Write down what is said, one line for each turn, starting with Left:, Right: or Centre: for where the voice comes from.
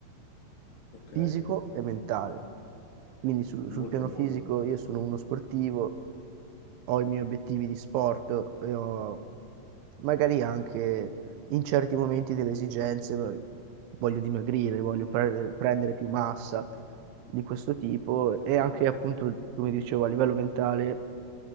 Left: Ok,
Right: fisico e mentale. Quindi sul, sul
Left: molto
Right: piano
Left: buono.
Right: fisico io sono uno sportivo, ho i miei obiettivi di sport e ho magari anche in certi momenti delle esigenze, eh, voglio dimagrire, voglio pre- prendere più massa di questo tipo e anche appunto, come dicevo, a livello mentale